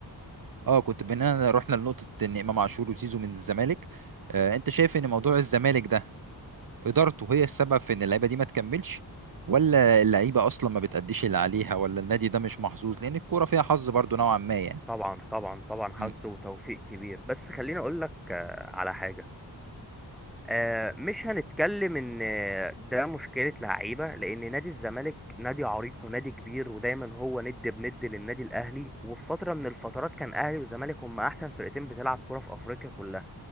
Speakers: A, on the right (about 55°); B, in the centre.
A: آه، كنت بينا رحنا لنقطة ان امام عاشور وزيزو من الزمالك آه انت شايف ان موضوع الزمالك ده ادارته هي السبب في ان اللعيبة دي ما تكملش ولا اللعيبة اصلا ما بتأديش اللي عليها ولا النادي ده مش محظوظ لان الكورة فيها حظ برضو نوعا ما يعني
B: طبعا طبعا طبعا حظ
A: امم
B: وتوفيق كبير بس خليني اقول لك آه، على حاجه آه، مش هنتكلم ان آه، ده مشكله لعيبه لان نادي الزمالك نادي عريق ونادي كبير ودايما هو ند بند للنادي الاهلي وفي فتره من الفترات كان اهلي والزمالك هم احسن فرقتين بتلعب كره في افريقيا كلها